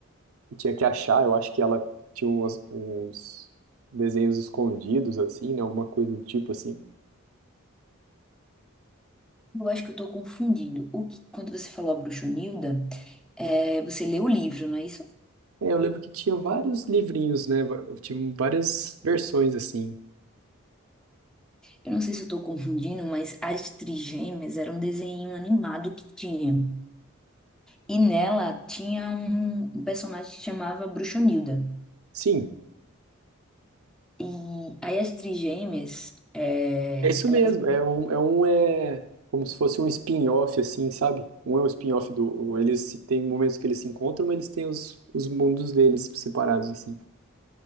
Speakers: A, on the right; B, in the centre.
A: E tinha que achar, eu acho que ela tinha umas- uns desenhos escondidos, assim, né? Alguma coisa do tipo, assim.
B: Eu acho que eu tô confundindo. O que- quando você falou a Bruxonilda, é, você leu o livro, não é isso?
A: É, eu lembro que tinha vários livrinhos, né? va- Tinha várias versões assim.
B: Eu não sei se eu tô confundindo, mas as trigêmeas era um desenho animado que tinha. E nela tinha um, um personagem que chamava Bruxonilda.
A: Sim,
B: E aí as trigêmeas, é,
A: é isso
B: elas
A: mesmo. É um, é um é como se fosse um spin-off, assim, sabe? Um é o spin-off do. Eles se- tem momentos que eles se encontram, mas eles têm os, os mundos deles separados, assim.